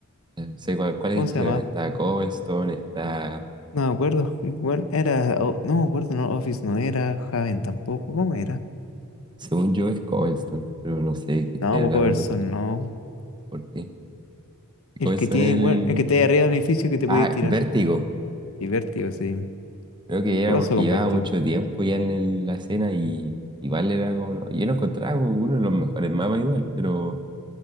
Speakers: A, on the right; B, on the left.
A: eh, sé cuál, cuál edificio
B: ¿Cómo se llama?
A: eran. Está Cobblestone, está...
B: No me acuerdo. Bueno, era. o- no me acuerdo, no, Office no era. Javen tampoco. ¿Cómo era?
A: Según yo es Cobblestone, pero no sé qué estás
B: No, pues
A: hablando
B: Corazón,
A: tú.
B: no.
A: ¿Por qué?
B: El
A: Cobblestone
B: que tiene,
A: es el...
B: bueno,
A: el-
B: el que está ahí arriba del edificio que te
A: Ah,
B: puedes tirar.
A: Vértigo.
B: Y Vértigo, sí.
A: Creo que era
B: ¿Qué pasó
A: porque
B: con
A: llevaba
B: Vértigo?
A: mucho tiempo ya en el- la escena y igual era como... no, Yo lo encontraba como uno de los mejores mapas igual, pero...